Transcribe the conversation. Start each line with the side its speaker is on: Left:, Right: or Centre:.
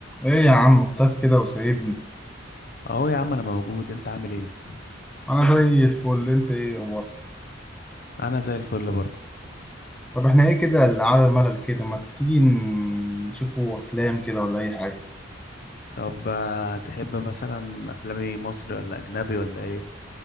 Centre: ايه يا عم مختفي كده وسايبني
Left: اهو يا عم انا موجود انت عامل ايه
Centre: انا زي الفل انت ايه اخبارك
Left: انا زي الفل برضه
Centre: طب احنا ايه كده اللي على ملل كده ما تيجي نشوفوا افلام كده ولا اي حاجه
Left: طب آه، تحب مثلا افلام ايه مصري ولا اجنبي ولا ايه